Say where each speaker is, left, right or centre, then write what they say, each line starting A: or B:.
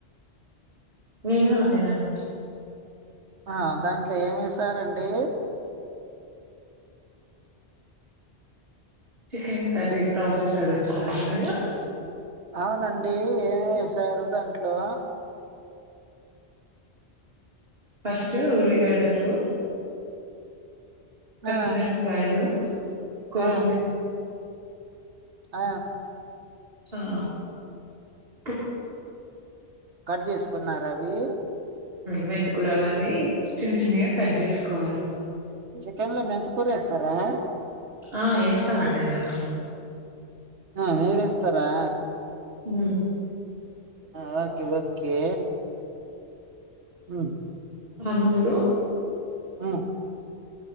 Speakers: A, on the right; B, on the right.
A: మీరె వండినన్.
B: ఆ దాంట్లో ఏంవేసారండి.
A: చికెన్ కర్రీ ప్రాసెస్ అడుతున్నార మీరు
B: అవునండి, ఏం ఎసారు దాంట్లో
A: ఫస్ట్ ఉల్లిగడ్డలు పచ్చిమిరపకాయలు
B: ఆ
A: కొత్తిమీర
B: ఆ ఆ
A: ఆ ప్
B: కట్ చేసుకున్నారవి
A: మెంతికూరవన్నీ చిన్న చిన్నగా కట్ చేసుకోవాలి‌.
B: చికెన్లో మెంతికూర ఎస్తారా.
A: ఆ ఎస్ స్తామండి మేము
B: ఆ మీరేస్తారా.
A: హు
B: ఆ ఓకే ఓకే ఉ
A: అందులో
B: ఉ